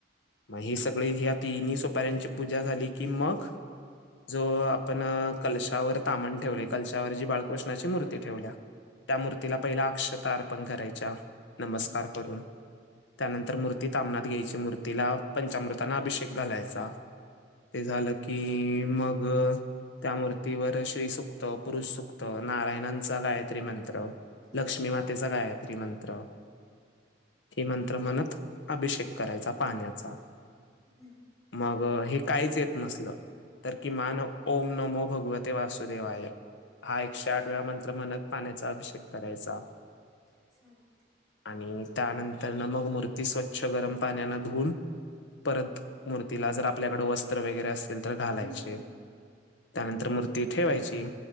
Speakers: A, on the left (about 75°); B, on the left (about 20°).
A: मग ही सगळी ह्या तिन्ही सुपाऱ्यांची पूजा झाली की मग जो आपण कलशावर तामन ठेवले.
B: हम्म
A: कलशावर जी बाळकृष्णाची मूर्ती
B: हा
A: ठेवल्या. त्या मूर्तीला पहिला अक्षता अर्पण करायच्या नमस्कार
B: हम्म
A: करून. त्यानंतर मूर्ती तामनात घ्यायची. मूर्तीला पंचामृतांन अभिषेक घालायचा. ते झाल की मग त्या मूर्तीवर श्री सुक्त, पुरुष सुक्त, नारायणांचा गायत्री मंत्र
B: हा
A: लक्ष्मी मातेचा गायत्री मंत्र हे मंत्र म्हणत अभिषेक करायचा पाण्याचा.
B: हम्म
A: मग हे काहीच येत नसल, तर किमान
B: हा
A: ओम नमो भगवत ते वासुदेवाय. हा एकशे आठवेळा मंत्र म्हणत पाण्याचा अभिषेक करायचा.
B: <unintelligible>
A: आणि त्यानंतरन मग मूर्ती स्वच्छ गरम पाण्यान धुवून परत, मूर्तीला जर आपल्याकड वस्त्र वगैरे असेल तर घालायचे.
B: हम्म हम्म हम्म
A: त्यानंतर मूर्ती ठेवायची